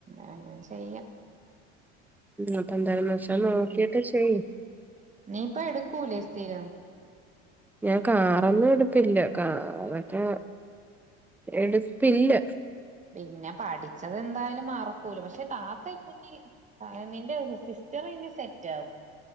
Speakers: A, on the right; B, in the centre.
A: അങ്ങനെ ചെയ്യാം.
B: അപ്പന്തായാലും മഷെ
A: ഉം
B: നേക്കീട്ട് ചെയ്യ്.
A: നീ ഇപ്പ എടുക്കൂലെ സ്ഥിരം.
B: ഞാൻ കാറൊന്നും എടുപ്പില്ല കാറൊക്കെ എടുപ്പില്ല.
A: പിന്നെ പഠിച്ചെതെന്തായാലും മറക്കൂലാ പക്ഷെ താത്ത എപ്പം നീ. നിന്റെ സിസ്റ്ററിനി സെറ്റാവും.